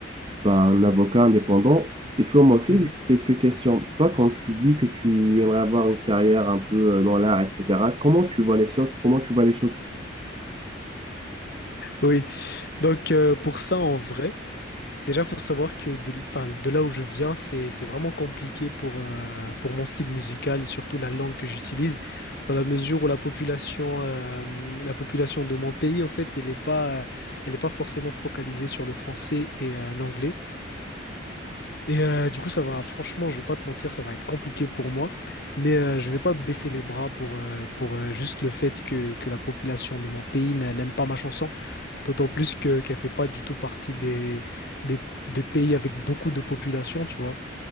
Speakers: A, on the right; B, on the left.
A: bah, un avocat indépendant. Et tu vois, moi aussi,
B: Mhm.
A: j'ai quelques questions. Toi, quand tu dis que tu aimerais avoir une carrière un peu euh, dans l'art, etc., comment tu vois les choses? Comment tu vois les choses
B: Oui, donc euh, pour ça, en vrai, déjà, faut savoir que de, enfin, de là où je viens, c'est, c'est vraiment compliqué pour, euh, pour mon style musical et surtout la langue que j'utilise, dans la mesure où la population, euh, la population de mon pays, au fait, elle n'est pas, elle est pas forcément focalisée sur le français et euh, l'anglais. Et euh, du coup, ça va, franchement, je vais pas te mentir, ça va être compliqué pour moi, mais euh, je vais pas baisser les bras pour, euh, pour euh, juste le fait que, que la population de mon pays n'a- n'aime pas ma chanson. D'autant plus que qu'elle fait pas du tout partie des, des, des pays avec beaucoup de population, tu vois,